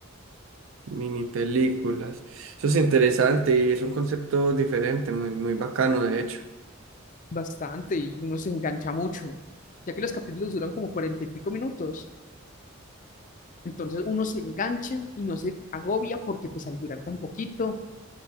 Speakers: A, on the right; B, on the left.
A: Mini películas. Eso es interesante y es un concepto diferente, muy, muy bacano de hecho.
B: bastante y uno se engancha mucho, ya que los capítulos duran como cuarenta y pico minutos. Entonces uno se engancha y no se agobia porque pues al durar tan poquito,